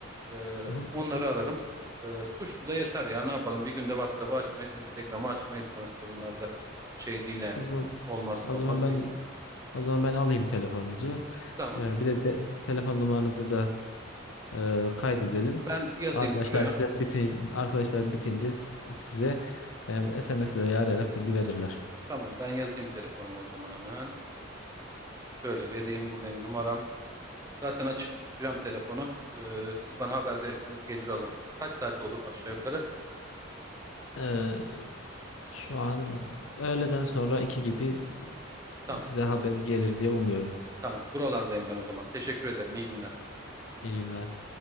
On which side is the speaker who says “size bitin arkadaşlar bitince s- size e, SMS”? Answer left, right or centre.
Left